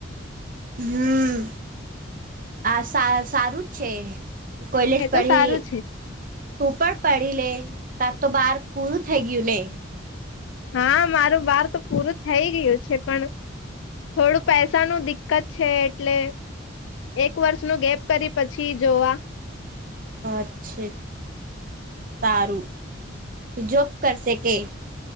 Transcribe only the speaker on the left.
એ
તો સારું છે
હા, મારું બાર તો પૂરું થઈ ગયુ છે, પણ થોડું પૈસા નું દિક્કત છે, એટલે એક વર્ષનુ ગેપ, કરી પછી જોવા